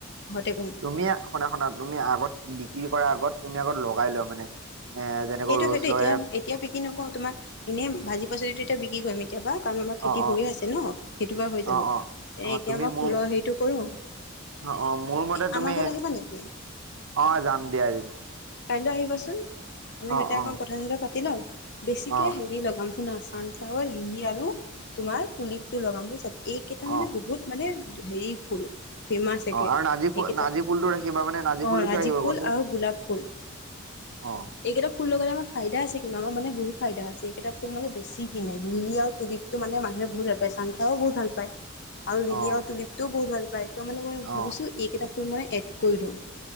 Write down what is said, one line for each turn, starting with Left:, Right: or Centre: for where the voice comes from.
Left: ঘৰতে কৰিম
Right: তুমি শুনা, শুনা তুমি আগত, বিক্ৰী কৰাৰ আগত, তুমি আগত, লগাই লোৱা মানে। এ যেনেকৈ
Left: সেইটো,
Right: ৰ'জ
Left: সেইটো
Right: লগাই
Left: এতিয়া, এতিয়া বিকি নকৰোঁ তোমাৰ এনেই ভাজি পাচলিটো এতিয়া বিকি কৰিম। কেতিয়াবা কাৰণ আমাৰ খেতি
Right: অ অ
Left: হৈয়ে আছে ন' সেইটো বাৰু হৈ যাব।
Right: অ
Left: তে,
Right: অ অ
Left: এতিয়া
Right: তুমি
Left: মই
Right: মোৰ
Left: ফুলৰ হেৰিটো কৰোঁ।
Right: অ', অ', মোৰ মতে
Left: আমাৰ
Right: তুমি,
Left: ঘৰত আহিবা নেকি
Right: অ', যাম দিয়া এদিন।
Left: কাইলৈ আহিবাচোন, আমি
Right: অ
Left: দুটাই
Right: অ
Left: অকণ কথা, চথা পাতি লওঁ, বেছিকে
Right: অ
Left: হেৰি লগাম। শুনা ছানফ্লাৱাৰ, লিলি আৰু তোমাৰ টুলিপটো লগাম বুইছা, এইকেইটা
Right: অ
Left: মানে বহুত মানে হেৰি ফুল ফেমাচ একে,
Right: অ আৰু নাৰ্জী ফুল
Left: এইকেইটাত
Right: নাৰ্জী ফুলটো ৰাখিবা মানে নাৰ্জী
Left: অ',
Right: ফুলটো কিয়
Left: নাজি
Right: ৰাখিবা
Left: ফুল
Right: কোৱাচোন
Left: আৰু গোলাপ ফুল।
Right: অ
Left: এইকেইটা ফুল লগালে আমাৰ ফাইদা আছে কিন্তু, আমাৰ মানে বহুত ফাইদা আছে এইকেইটা ফুল মানে বেছি কিনে, লিলি আৰু টুলিপটো মানে মানুহে বহুত <unintelligible> চানফ্লাৱাৰো বহুত ভাল পায়, আৰু লিলি
Right: অ
Left: আৰু টুলিপটোও বহুত ভাল পায় ত' মানে মই ভাবিছোঁ,
Right: অ
Left: এইকেইটা ফুল মান এড কৰি দিওঁ,